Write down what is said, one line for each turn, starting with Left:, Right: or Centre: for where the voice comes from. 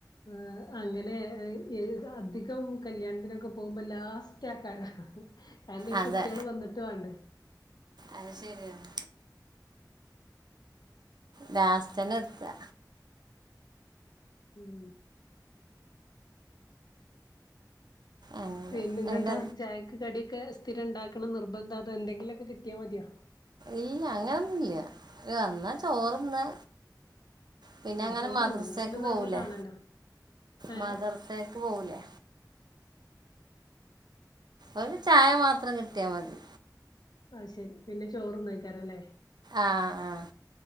Left: ആഹ് അങ്ങനെ എഹ് ഏത്‌ അധികം കല്യാണത്തിനൊക്കെ പോവുമ്പ ലാസ് റ്റെക്കാരം കാരണം ഈ
Right: അതെ
Left: കുട്ട്യെള് വന്ന്ട്ട് വാണ്ടേ.
Right: അത് ശെര്യാണ്. ലാസ്‌റ്റെന്നെത്താ
Left: ഉം
Right: അങ്ങനെ
Left: പിന്നെ ഇന്നെന്താ
Right: എന്താ
Left: ചായക്ക് കട്യക്കെ സ്ഥിരണ്ടാക്കണ നിർബന്ധതോ എന്തെങ്കിലൊക്കെ കിട്ട്യാമത്യോ.
Right: ഇല്ല അങ്ങനൊന്നുല്ല വന്നാ ചോറ്ന്നാ പിന്നങ്ങനെ
Left: ആഹ് ചോറ്ന്നു
Right: മദ്രസേക്ക്
Left: ന്നാ പിന്നെ
Right: പോവൂലേ
Left: നല്ലതാണല്ലോ ഏഹ്
Right: മദ്രസേക്ക് പോവൂലേ ഒരു ചായ മാത്രം കിട്ട്യാ മതി
Left: അയ് ശെരി പിന്നെ ചോറുന്ന്വേക്കാരല്ലേ
Right: ആഹ് ആഹ്